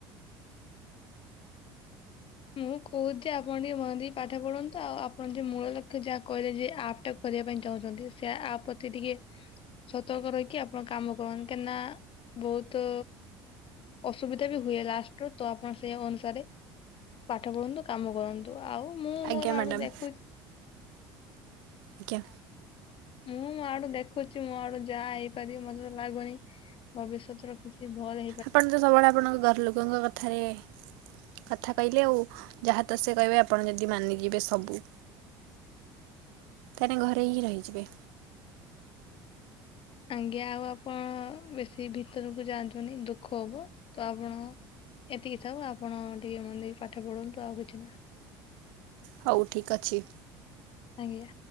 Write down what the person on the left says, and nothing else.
ମୁଁ କହୁଛି ଆପଣ ଟିକେ ମନ ଦେଇକି ପାଠ ପଢ଼ନ୍ତୁ ଆଉ ଆପଣ ଯ ମୂଳ ଲକ୍ଷ୍ୟ ଯାହା କହିଲେ ଯେ ଆପ୍ ଟା କରିବା ପାଇଁ ଚାହୁଁଛନ୍ତି ସେ ଆପତି ଟିକେ ସତର୍କ ରହିକି ଆପଣ କାମ କରନ୍ତି କାହିଁକିନା ବହୁତ, ଅସୁବିଧା ବି ହୁଏ ଲାଷ୍ଟ ର ତ ଆପଣ ସେଇ ଅନୁସାରେ ପାଠ ପଢନ୍ତୁ କାମ କରନ୍ତୁ ଆଉ। ମୁଁ
ମୋର
ଆଡୁ ଦେଖୁଛି।
ମୁଁଁ ମୋ ଆଡେ ଦେଖୁଛି ମୋ ଆଡ଼ୁଯାହା ହେଇପାରିବ ମତେ ତ ଲାଗୁନି ଭବିଷ୍ୟତ ର କିଛି ଭରେ
ଆଜ୍ଞା ଆଉ ଆପଣ ବେଶୀ ଭିତରକୁ ଯାଆନ୍ତୁନି ଦୁଃଖ ହବ ତ ଆପଣ। ଏତିକି ଥାଉଆପଣ ଟିକେ ମନଦେଇକି ପାଠ ପଢନ୍ତୁ ଆଉ କିଛି ନା
ଆଜ୍ଞା।